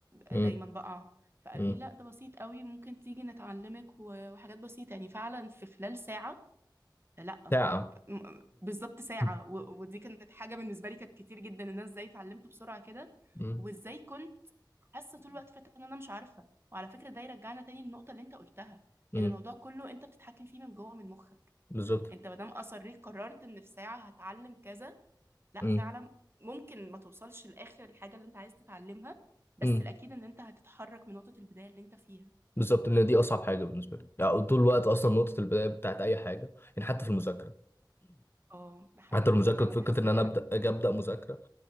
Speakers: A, on the left (about 30°); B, on the right (about 30°).
A: امم
B: دايما بقع فقالوا
A: امم
B: لي لا ده بسيط قوي ممكن تيجي نتعلمك و- وحاجات بسيطة يعني فعلا في خلال ساعة لا
A: ساعه
B: م- بالظبط ساعة
A: مم.
B: و- ودي كانت حاجة بالنسبة لي كانت كتير جدا ان انا ازاي اتعلمت بسرعة كده
A: مم.
B: وازاي كنت حاسة طول الوقت فات ان انا مش عارفة وعلى فكرة ده يرجعنا تاني للنقطة اللي انت قلتها
A: مم.
B: ان الموضوع كله انت بتتحكم فيه من جوه من مخك
A: <coughs> بالظبط
B: انت ما دام اصريت قررت ان في ساعة هتعلم كذا لا
A: مم.
B: فعلا ممكن ما توصلش لاخر الحاجة اللي انت عايز تتعلمها بس
A: مم.
B: الاكيد ان انت هتتحرك من نقطة البداية اللي انت فيها
A: بالظبط لان دي اصعب حاجه بالنسبه لي يعني طول الوقت اصلا نقطه البدايه بتاعت اي حاجه يعني حتى في المذاكره
B: اه ده حقيقي
A: حتى المذاكره
B: انا دايما
A: فكره
B: بحس
A: ان
B: كده
A: انا ابدا اجي ابدا مذاكره